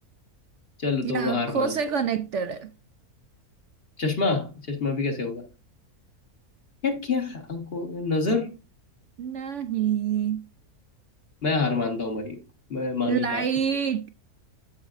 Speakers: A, on the left; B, on the right.
A: चलो
B: ये
A: तो
B: आंखों
A: हार मानता
B: से
A: हूँ
B: कनेक्टेड है
A: चश्मा चश्मा भी कैसे होगा यार क्या आंखों नजर
B: नहीं
A: मैं हार मानता हूँ भाई मैं मानी
B: लाइट
A: हार